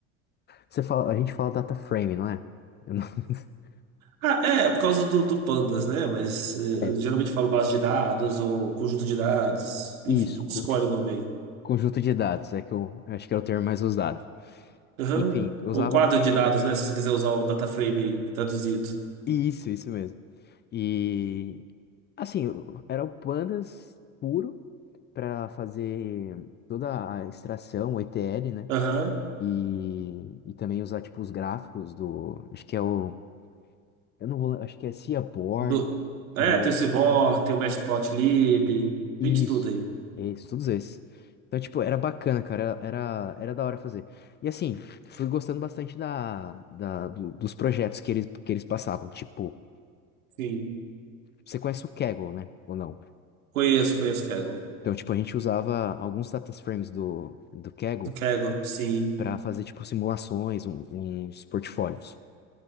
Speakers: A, on the left; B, on the right.
A: Você fala, a gente fala data frame, não é? Eu não- <laughs>
B: Ah, é, é por causa do, do Pandas, né? Mas eh,
A: É,
B: eu geralmente falo base de dados ou conjunto de dados. Enfim,
A: isso,
B: a gente
A: co-
B: escolhe o nome aí.
A: conjunto de dados, é que eu, eu acho que era o termo mais usado.
B: Aham.
A: Enfim, eu
B: Ou
A: usava
B: quadro
A: muito.
B: de dados, né? Se você quiser usar o DataFrame aí, traduzido.
A: Isso, isso mesmo. E assim, eu- era o pandas puro para fazer toda a extração, o ETL, né?
B: Aham.
A: E, e também usar tipo os gráficos do, acho que é o, eu não vou, acho que é Seaborn
B: Do... É,
A: do
B: tem o seaborn tem o Matplotlib,
A: isso,
B: tem de tudo aí.
A: isso, todos esses. Então, tipo, era bacana, cara, era, era da hora fazer. E assim, fui gostando bastante da, da, do- dos projetos que eles, que eles passavam. Tipo,
B: Sim.
A: você conhece o Kaggle, né? Ou não?
B: Conheço, conheço o Kaggle.
A: Então, tipo, a gente usava alguns data frames do, do Kaggle
B: O Kaggle, sim.
A: para fazer, tipo, simulações, um- uns portfólios.